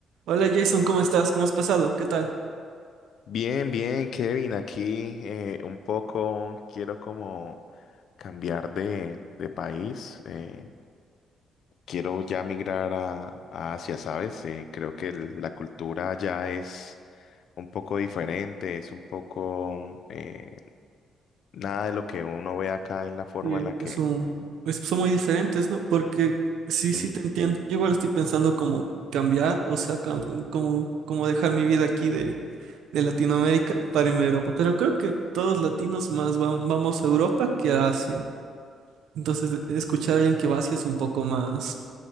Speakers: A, on the right; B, on the left.
A: Hola Jason, ¿cómo estás? ¿Cómo has pasado? ¿Qué tal?
B: Bien, bien, Kevin, aquí eh, un poco quiero como cambiar de, de país. eh, quiero ya migrar a, a Asia, ¿sabes? Eh, creo que el- la cultura ya es un poco diferente, es un poco eh, nada de lo que uno ve acá en la forma
A: Sí,
B: en la que
A: Es un, es- son muy diferentes, ¿no? Porque sí,
B: mm,
A: sí te entiendo. Yo igual estoy pensando como cambiar, o sea, cam- como, como dejar mi vida aquí de, de Latinoamérica para irme a Europa. Pero creo que todos latinos más va- vamos a Europa que a Asia. Entonces, escuchar a alguien que va a Asia es un poco más,